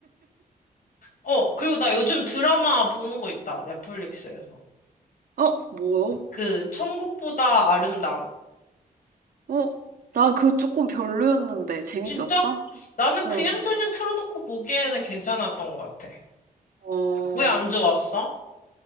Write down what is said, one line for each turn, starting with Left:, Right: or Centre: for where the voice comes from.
Left: 어, 그리고 나 요즘 드라마 보는 거 있다. 넷플릭스에서.
Right: 어, 뭐요?
Left: 그, 천국보다 아름다운.
Right: 어, 나 그거 조금 별로였는데, 재밌었어?
Left: 진짜? 나는 그냥저냥
Right: 응.
Left: 틀어놓고 보기에는 괜찮았던 것 같아.
Right: 어,
Left: 왜 안 좋았어?